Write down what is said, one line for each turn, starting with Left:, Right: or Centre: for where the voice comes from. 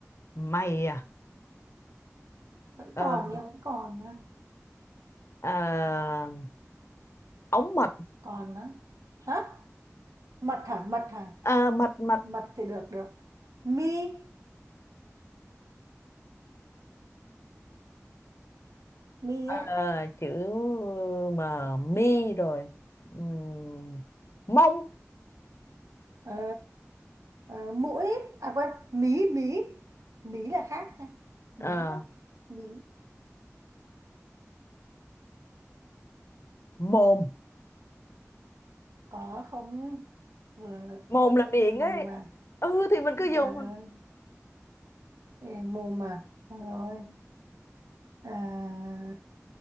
Left: mày à
Right: vẫn
Left: ờ,
Right: còn nha vẫn còn nha
Left: ờ, ống mật
Right: còn nữa hả mật hả mật hả
Left: Ờ, mật. mệt
Right: mật thì được được mi mi
Left: Ờ,
Right: á
Left: chữ M mi rồi Ừm, mông
Right: ờ, ờ, mũi à quên mí mí mí là khác nha
Left: Ờ,
Right: mí đó mí
Left: mồm
Right: có không vừa
Left: mồm
Right: miệng
Left: là miệng
Right: lại mồm
Left: ấy
Right: mà
Left: ừ thì mình
Right: ôi
Left: cứ
Right: giời
Left: dùng thôi
Right: ơi Ê, mồm mà Được rồi à,